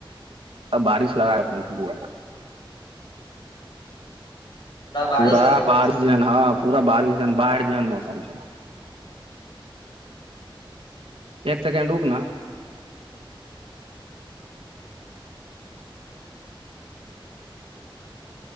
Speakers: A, on the right (about 80°); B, on the left (about 55°).
A: तब बारिश लगातना सुबर।
B: बारिश
A: पूरा
B: लगले
A: बारिश
B: छौ
A: जान हँ पूरा बारिश जान बढ़ि जान म समझ। एक सेकेण्ड रुकना